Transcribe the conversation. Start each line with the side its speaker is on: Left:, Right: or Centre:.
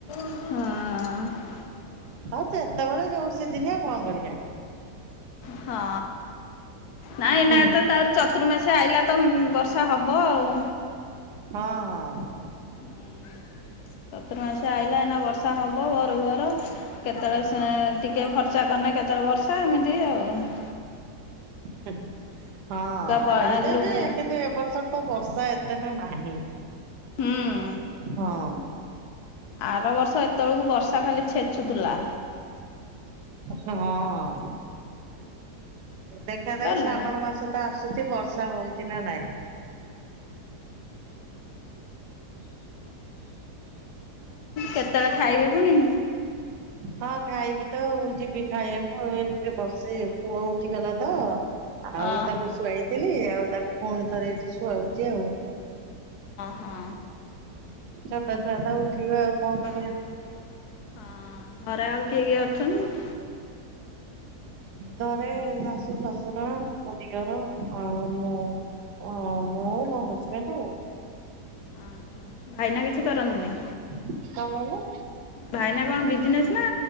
Left: ହଁ।
Right: ହଉ ଜେତେବେଳେ ଯୋଉ ସିଜିନି ଆଉ କଣ କରିବା।
Left: ହଁ ନାଇଁ ଏଇନା
Right: ହୁଁ
Left: ତ ତାପରେ ଚତ ର୍ତୁ ମାସ ଆଇଲା ତ ବର୍ଷା ହବ ଆଉ।
Right: ହଁ ହଁ।
Left: ହୁଁ। ଚତୁର୍ ମାସିଆ ଆଇଲ ଏଇନା ବର୍ଷା ବର୍ଷା ହେବ ପହରକୁ ପହର କେତେବେଳେ ସେଁ ଟିକେ ଫର୍ଚା କଲେ କେତେବେଳେ ବର୍ଷା ଏମିତି ଆଉ ହଁ <inaudible>
Right: ହ ହଁ
Left: ପ
Right: ଏବେ
Left: ଆ
Right: ତ
Left: ଲୁଗା
Right: ଯେ କିନ୍ତୁ ଏ ବର୍ଷର ତ ବର୍ଷା ଏତେଟା ନାହିଁ।
Left: ହୁଁ
Right: ହଁ।
Left: ଆର ବର୍ଷ ଏତେବେଳକୁ ବର୍ଷା ଖାଲି ଛେଚୁଥିଲା।
Right: ହଁ ହଁ। ଦେଖାଯାଉ
Left: <unintelligible> ହଁ। ଆଉ
Right: ଶ୍ରାବଣ ମାସ ତ ଆସୁଛି ବର୍ଷା ହଉଛି ନା ନାଇଁ।
Left: କେତେବେଳେ ଖାଇବେ ପୁଣି?
Right: ହଁ ଖାଇବି ତ ଯିବି ଖାଇବାକୁ ଏ ଟିକେ ବସିଛି ପୁଅ ଉଠିଗଲା ତ
Left: <inaudible>
Right: ଆଉ ତାକୁ ଶୁଆଇଥିଲି ଆଉ ତାକୁ ପୁଣି ଥରେ ଏଠି ଶୁଆଉଛି ଆଉ
Left: ହଁ।
Right: ଛୋଟ ଛୁଆ ତ ଉଠିବେ ଆଉ କଣ କରିବା।
Left: କରିବା। ହଁ ଘରେ ଆଉ କିଏ କିଏ ଅଛନ୍ତି?
Right: ଘରେ ଶାଶୁ ଶଶୁର ମୋ ଦିଅର ଆଉ ମୁଁ। ଓ ମୁଁ ମୋ ହଜବେଣ୍ଡ ଆଉ
Left: ଓ ହ ଭାଇନା କିଛି କରନ୍ତିନି?
Right: କଣ କହିଲେ?
Left: ଭାଇନା କଣ ବିଜନେସ ନା